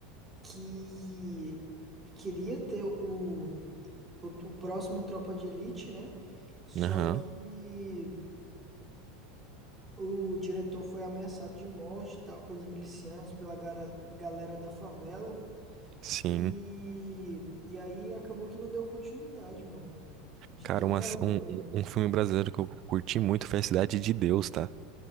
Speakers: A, on the right; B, on the right.
A: que queria ter o o, o próximo Tropa de Elite, né? Só
B: Aham.
A: que o diretor foi ameaçado de morte, e tal, pelos milicianos, pela gara- galera da favela.
B: Sim.
A: E, e aí acabou que não deu continuidade, mano. De
B: Cara,
A: tão
B: uma
A: real
B: s-
A: que
B: um,
A: foi.
B: um um filme brasileiro que eu curti muito foi a Cidade de Deus, tá?